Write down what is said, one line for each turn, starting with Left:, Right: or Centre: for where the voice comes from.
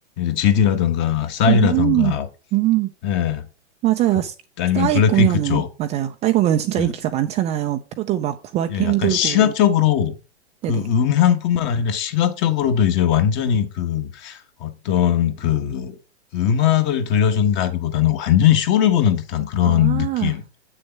Left: GD라던가 싸이라던가
Right: 음, 음.
Left: 예,
Right: 맞아요.
Left: 그
Right: 스-
Left: 아니면
Right: 싸이
Left: 블랙핑크
Right: 공연은,
Left: 쪽.
Right: 맞아요. 싸이 공연은 진짜
Left: 네.
Right: 인기가 많잖아요. 표도 막 구하기
Left: 예,
Right: 힘들고,
Left: 약간 시각적으로 그
Right: 네네.
Left: 음향뿐만 아니라 시각적으로도 이제 완전히 그 어떤 그 음악을 들려준다기보다는 완전히 쇼를 보는 듯한 그런
Right: 아,
Left: 느낌.